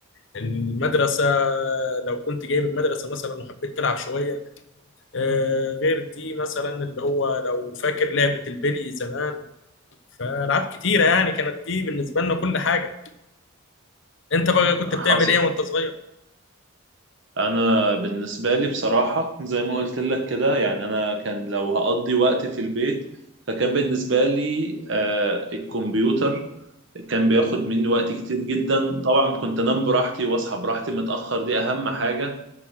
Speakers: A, on the left (about 60°); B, on the right (about 60°).
A: المدرسه لو كنت جاي من المدرسه مثلا وحبيت تلعب شويه آه، غير دي مثلا اللي هو لو فاكر لعبه البلي زمان فالعاب كتيره يعني كانت دي بالنسبه لنا كل حاجه انت بقى كنت
B: حاصل
A: بتعمل ايه وانت صغير
B: انا بالنسبه لي بصراحه زي ما قلت لك كده يعني انا كان لو هقضي وقت في البيت فكان بالنسبه لي آه، الكمبيوتر كان بياخد مني وقت كتير جدا طبعا كنت انام براحتي واصحى براحتي متاخر دي اهم حاجه